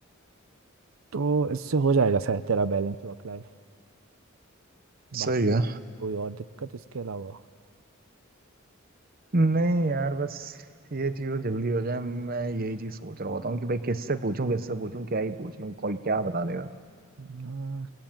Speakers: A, on the right (about 80°); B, on the right (about 45°).
A: तो इससे हो जाएगा शायद तेरा बैलेंस वर्क लाइफ बाकी
B: सही है
A: कोई और दिक्कत इसके अलावा
B: नहीं यार बस ये चीज़ जल्दी हो जाए मैं यही चीज़ सोच रहा होता हूँ कि भाई किससे पूछूं किससे पूछूं क्या ही पूछ लूं कोई क्या बता देगा
A: हाँ,